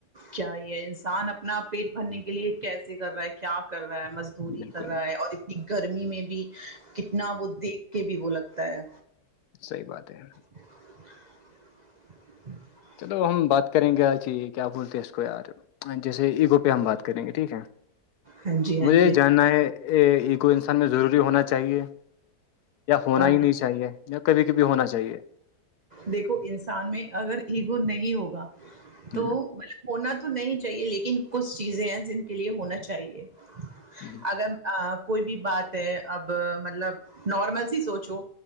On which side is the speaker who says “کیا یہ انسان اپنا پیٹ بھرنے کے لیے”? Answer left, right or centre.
Right